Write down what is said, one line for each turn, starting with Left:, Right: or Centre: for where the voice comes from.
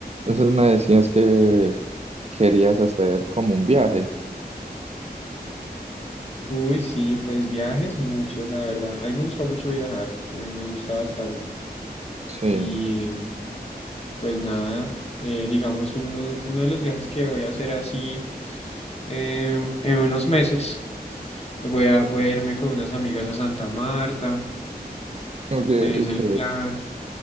Right: Entonces me decías que querías hacer como un viaje.
Left: Uy, sí, pues viajes muchos, la verdad. A mí me gusta mucho viajar, me, me gusta bastante.
Right: Sí,
Left: Y pues nada, eh, digamos, uno, uno de los viajes que voy a hacer así em, en unos meses, voy a, voy a irme con unas amigas a Santa Marta,
Right: ok,
Left: es
Right: ok.
Left: el plan.